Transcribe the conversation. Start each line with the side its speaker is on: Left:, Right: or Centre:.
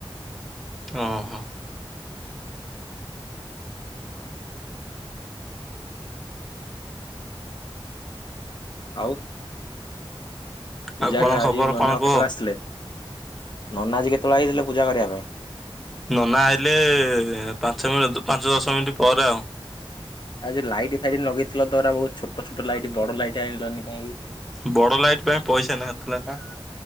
Centre: ଓହୋ।
Left: ଆଉ ପୂଜା
Centre: ଆଉ କଣ
Left: <unintelligible> ଆଜି
Centre: ଖବର
Left: ନନା
Centre: କଣ କୁହ?
Left: କେତବଳେ ଆସିଥିଲେ, ନନା ଆଜି କେତବଳେ ଆଇଥିଲେ ପୂଜା କରିବା ପାଇଁ?
Centre: ନନା ଆଇଲେ ପାଞ୍ଚ <unintelligible> ପାଞ୍ଚ ଦଶ ମିନିଟ୍ ପରେ ଆଉ।
Left: ଆଜି ଲାଇଟ୍ ଫାଇଟ୍ ଲଗେଇଥିଲ ତ ଏରାକ ବହୁତ୍ ଛୋଟ-ଛୋଟ ଲାଇଟ୍, ବଡ ଲାଇଟ୍ ଆଣିଲନି କାହିଁକି?
Centre: ବଡ ଲାଇଟ୍ ପାଇଁ ପଇସା ନଥିଲା ପା।